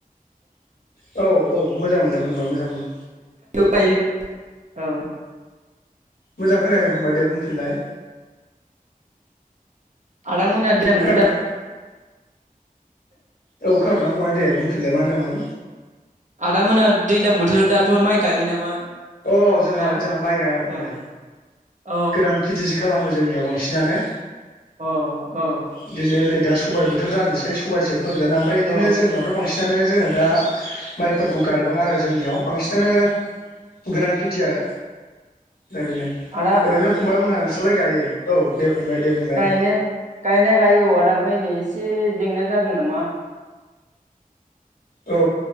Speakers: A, on the left; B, on the right.
A: औ मोजां मोनो फंबाय मोजां मोनो
B: ायो <unintelligible> औ
A: मोजां खोनायाखै फंबाय दे बुंफिनलाय।
B: आद मोना <inaudible> <unintelligible> आदिांग
A: खोनादोंना
B: दा
A: औ। खोनादोंना फंबाय दे बुंफिनलाय मा होनदोंमोन?
B: आदा मोना दैज्लां बोथोराव दाथ' माइ गायो नामा?
A: अ। जोंहा
B: ना
A: जोंहा माइ गाया फंबाय।
B: औ अ
A: गोरान खेथिसो खालामो जोंनियाव बांसिनानो
B: अ औ।
A: बिदिनो नै दा सबाय बोथोर जानोसै सबायसो फोगोन ओमफ्राय बिदिनो
B: औ
A: जोंनियावथ' बांसिनानो जोङो दा माइफोरखौ गायबा आरो जोंनियाव बांसिनानो गोरान खेथि आरो दा बेनो
B: आदा
A: ओरैनो फंबायमोनहा नोंसोरलाय गायो औ दे फंबाय दे बुंलाय
B: गायनाय गायनाया गायो नै एसे जेंना जागोन नामा?
A: औ।